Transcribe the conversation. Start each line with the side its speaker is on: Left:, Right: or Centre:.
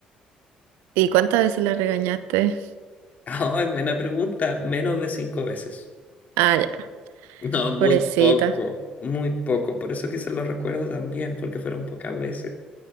Right: ¿Y cuántas veces la regañaste?
Left: Ah, es buena pregunta. Menos de cinco veces.
Right: Ah, ya,
Left: No, muy
Right: pobrecita.
Left: poco, muy poco. Por eso quizás lo recuerdo también, porque fueron pocas veces.